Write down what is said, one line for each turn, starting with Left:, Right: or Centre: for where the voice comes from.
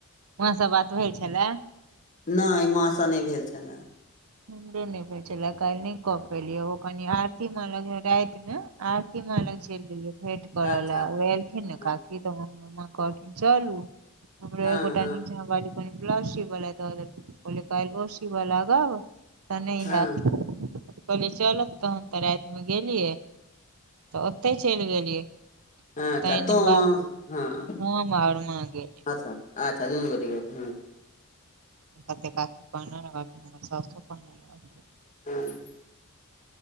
Right: माँ सँ बात होइ छलै।
Left: नइ माँ स नहि भेल छलए।
Right: हमरे नहि भेल छले काल्हि नहि क पेलियै ओ कनी आरती माँ लग रातिमे आरती माँ लग चलि गेलियै भेंट
Left: अच्छा
Right: करऽ
Left: अच्छा
Right: ले ओ एलखिन ने
Left: हँ
Right: काकी त मां कहलखिन चलू हमरो
Left: हँ
Right: एगोटा निचाँ बाली ब्लाउज सीव ले द देलखिन कहलियै काल्हि ओ सीव लागब त नहि
Left: हँ
Right: हैत। कहलियै चलौथ तहन त रातिमे गेलियै त ओतै चलि गेलियै।
Left: अच्छा
Right: तहन
Left: तों
Right: ई बात
Left: हँ
Right: हम आओर माँ गेलियै
Left: अच्छा- अच्छा दुनू गोटे गेल छलेहें।
Right: ह कते काकी कहने रहथि हमर साउसो कहने रहथि।
Left: हँ